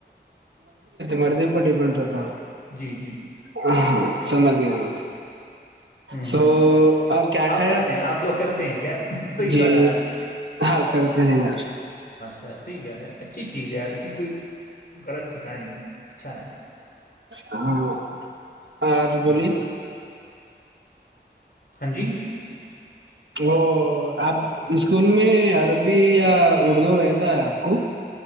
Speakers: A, on the right; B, on the left.
A: مرضے پر ڈی پنڈ رہ تھا
B: جی جی
A: ہ ہاں سمتی آ م
B: ہوں
A: سو اور کیا کھائے
B: کرتے
A: آپ
B: ہیں لوگ کرتے ہیں کیا صحیح
A: جی
B: بتانا
A: ہاں پھر یار
B: اچا صی ب ہے اچھی چیز ہے یار اس میں کوئی غلط اچس نہیں اچھا ہے
A: ہاں اور بولی
B: ہاں جی
A: وہ آپ اسکول میں عربی یا اردو رہتا ہے آپ کو